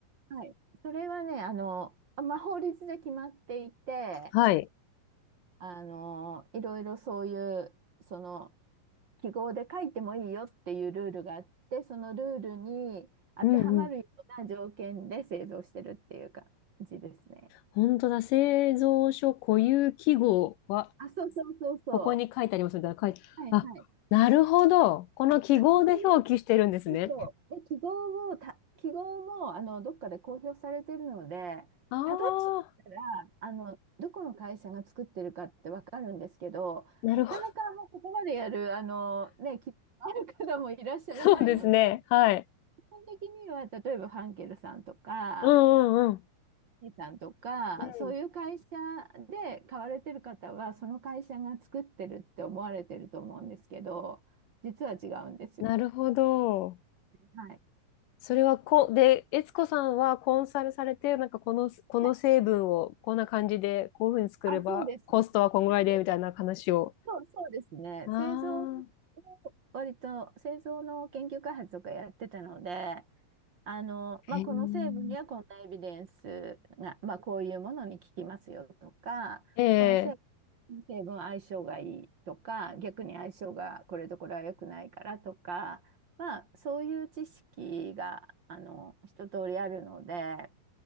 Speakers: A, on the right (about 55°); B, on the left (about 75°).
A: はい。それはね、あの、まあ、法律で決まっていて、
B: はい。
A: あの、いろいろそういう、その、記号で書いてもいいよっていうルールがあって、そのルールに当てはまるような条件で製造してるっていう感じですね。
B: うんうん。本当だ。製造所固有記号は、
A: あ、そうそうそうそ
B: ここに書いてありますみたいな書いて、
A: う。はいはい。
B: あ、なるほど。この記号で表記してるんですね。
A: ただそれをそうそう。で、記号も、た、記号も、あの、どっかで公表されてるので、
B: あ
A: たどっていったら、
B: あ、
A: あの、どこの会社が作ってるかってわかるんですけど、
B: なるほど
A: なかなかもうここまでやる、あの、ね、き、ある方もいらっしゃらないので、
B: そうですね。はい。
A: 基本的には、例えばファンケルさんとか、
B: うんうんうん。
A: イーさんとか、
B: うん。
A: そういう会社で買われてる方は、その会社が作ってるって思われてると思うんですけど、実は違うんですよ。
B: なるほど。
A: はい。
B: それはこ、で、悦子さんはコンサルされて、なんかこの、この成分をこんな感じで、
A: はい
B: こういうふうに作れば、
A: あ、そうです。
B: コストはこんぐらいで、
A: なんで
B: みたいな話を。
A: そう、そうですね。製造を
B: ああ
A: 割と製造の研究開発とかやってたので、あの、まあ、
B: へ
A: この成分にはこんなエビデンスが、まあ、こういうものに効きますよとか、
B: え
A: この成分、成分相性がいいとか、逆に相性がこれとこれは良くないからとか、まあ、そういう知識があの一通りあるので、